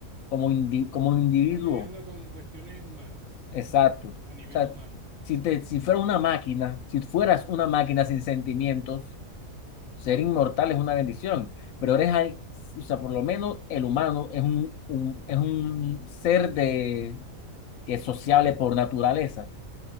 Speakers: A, on the left (about 75°); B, on the right (about 50°).
A: como, indi- como individuo.
B: Estás lidiando con cuestiones humanas,
A: Exacto.
B: ya
A: O
B: a nivel
A: sea,
B: humano.
A: si te, si fuera una máquina, si fueras una máquina sin sentimientos, Ser inmortal es una bendición, pero eres, al- o sea, por lo menos el humano es un, un- es un ser de, que es sociable por naturaleza.